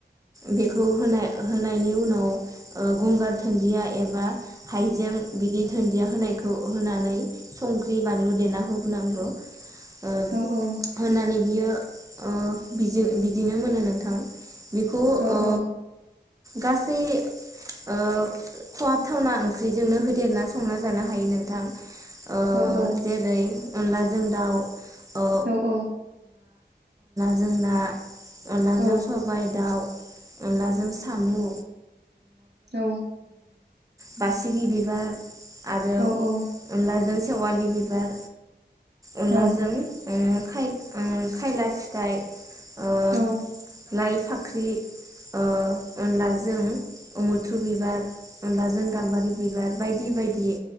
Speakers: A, on the right; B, on the right.
A: बेखौ होनाय होनायनि उनाव गंगार दुन्दिया एबा हाइजें बिदि दुन्दिया <unintelligible> होनानै संख्रि बानलु देना होबोनांगौ। ओ
B: औ औ
A: होनानै बियो ओ बिदिनो मोनो नोंथां बेखौ
B: औ
A: ओ
B: औ
A: गासै ओ खहाब थावना ओंख्रिजोंनो होदेरना संना जानो हायो नोंथां। ओ
B: औ औ
A: जेरै अनलाजों दाउ ओ
B: औ औ
A: जोंना अनलाजों
B: औ
A: सबाय दाउ अनलाजों सामु
B: औ
A: बासिगि बिबार आरो
B: औ औ नंगौ
A: अनला जों सेवालि बिबार अनलाजों
B: औ
A: ओ खाय उ खायला फिथाइ ओ
B: औ
A: लाइ फाख्रि अ अनला जों मुत्रु बिबार अनलाजों गाम्बारि बिबार बायदि बायदि बि